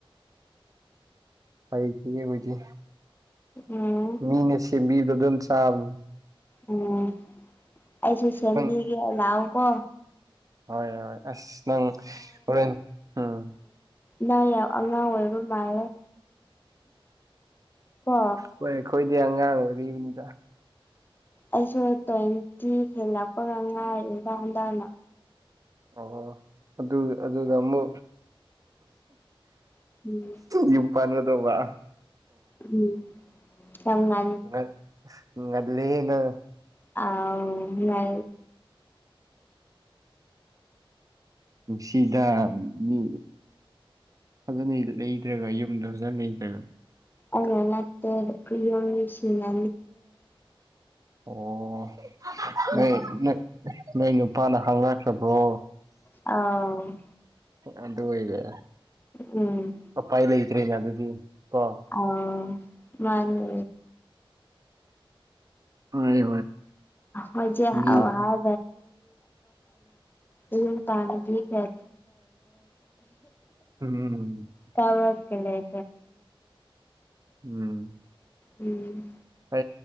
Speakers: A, on the right; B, on the left.
A: ꯐꯩ ꯀ ꯍꯧꯖꯤ
B: ꯎꯝ
A: ꯃꯤꯅꯦꯁ ꯃꯤꯔꯗꯗꯝ ꯆꯝ
B: ꯎꯝ ꯑꯩꯁꯨ ꯁꯦꯝꯕꯤꯒꯦ
A: ꯎꯝ
B: ꯂꯥꯛꯑꯣꯀꯣ
A: ꯍꯣꯏ ꯍꯣꯏ ꯑꯁ ꯅꯪ ꯍꯣꯔꯦꯟ ꯎꯝ
B: ꯅꯥ ꯌꯥꯝ ꯑꯉꯥꯡ ꯑꯣꯏꯕ ꯃꯥꯜꯂꯦ ꯀꯣ
A: ꯍꯣꯏ ꯑꯩꯈꯣꯏꯗꯤ ꯑꯉꯥꯡ ꯑꯣꯏꯔꯤꯕꯅꯤꯗ
B: ꯑꯩꯁꯨ ꯇ꯭ꯋꯦꯟꯇꯤ ꯍꯦꯜꯂꯛꯄꯒ ꯉꯥꯏꯔꯦ ꯏꯗ ꯍꯟꯗꯥꯅꯣ
A: ꯑꯣ ꯑꯗꯨ ꯑꯗꯨꯗꯝꯕ
B: ꯎꯝ
A: ꯌꯨꯄꯥꯅꯗ ꯋꯥ
B: ꯎꯝ ꯆꯝꯉ
A: ꯅ
B: ꯑ ꯉꯦ
A: ꯅꯨꯡꯁꯤꯗ ꯃꯤ ꯐꯖꯅ ꯂꯩꯇ꯭ꯔꯒ ꯌꯨꯝꯗ ꯐꯖꯅ ꯂꯩꯇ꯭ꯔꯒ
B: ꯑ ꯉꯠꯇꯦ ꯏꯣꯁꯤꯅꯦ
A: ꯑꯣ
B: ꯎꯝ
A: ꯅꯣꯏ ꯅꯣꯏ ꯅꯨꯄꯥꯅ ꯍꯥꯡꯅꯈ꯭ꯔꯕ꯭ꯔꯣ
B: ꯑ
A: ꯑꯗꯨꯗ ꯏꯗ
B: ꯎꯝ
A: ꯑ ꯄꯥꯏ ꯂꯩꯇ꯭ꯔꯦꯅꯦ ꯑꯗꯨꯗꯤ ꯀꯣ
B: ꯑ ꯃꯥꯅꯦ
A: ꯍ ꯍꯣꯏ
B: ꯃꯖꯦ
A: ꯃꯤ
B: ꯑꯋꯥ ꯍꯥꯏ ꯌꯦꯣ ꯄ ꯄꯒꯤꯒ
A: ꯎꯝ
B: ꯀꯕ ꯀ ꯂꯩ
A: ꯎꯝ
B: ꯎꯝ
A: ꯍ